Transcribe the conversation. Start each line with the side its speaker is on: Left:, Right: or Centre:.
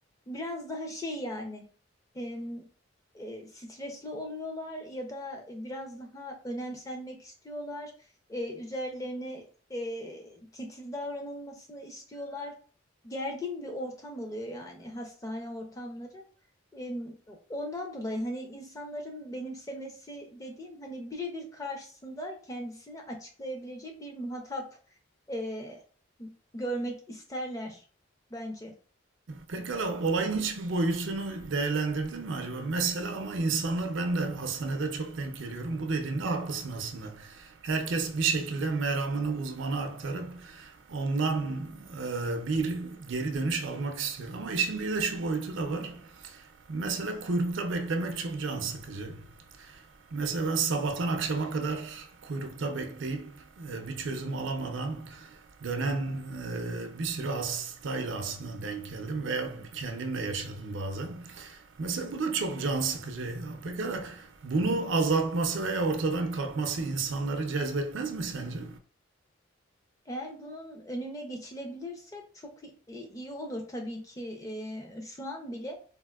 Left: Biraz daha şey yani em, e, stresli oluyorlar ya da biraz daha önemsenmek istiyorlar. E, üzerlerine e, titiz davranılmasını istiyorlar. Gergin bir ortam oluyor yani hastane ortamları. Em, ondan dolayı hani insanların benimsemesi dediğim hani birebir karşısında kendisini açıklayabileceği bir muhatap e, görmek isterler bence.
Right: Pekala olayın hiçbir boyutunu değerlendirdin mi acaba? Mesela ama insanlar ben de hastanede çok denk geliyorum. Bu dediğinde haklısın aslında. Herkes bir şekilde meramını uzmana aktarıp ondan e, bir geri dönüş almak istiyor. Ama işin bir de şu boyutu da var. Mesela kuyrukta beklemek çok can sıkıcı. Mesela ben sabahtan akşama kadar kuyrukta bekleyip e, bir çözüm alamadan dönen e, bir sürü hastayla aslında denk geldim veya kendimle yaşadım bazen. Mesela bu da çok can sıkıcı. Pekala bunu azaltması veya ortadan kalkması insanları cezbetmez mi sence?
Left: Eğer bunun önüne geçilebilirse çok i- e, iyi olur tabii ki e, şu an bile